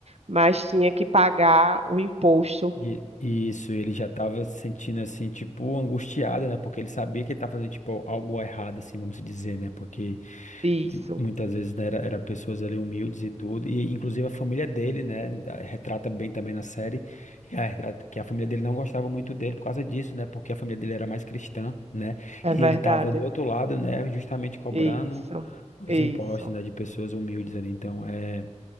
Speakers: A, on the right; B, on the left.
A: mas tinha que pagar o imposto.
B: e- e isso, ele já tava se sentindo assim, tipo, angustiado, né? Porque ele sabia que ele tava fazendo, tipo, algo errado, assim, vamos dizer, né? Porque
A: Isso,
B: Muitas vezes né, era, era pessoas ali humildes e tudo, e inclusive a família dele, né, da- retrata bem também na série, e a retrata- que a família dele não gostava muito dele por causa disso, né, porque a família dele era mais cristã, né,
A: é
B: e
A: verdade.
B: ele tava do outro lado, né, justamente cobrando
A: Isso,
B: os
A: isso.
B: impostos, né, de pessoas humildes ali, então é,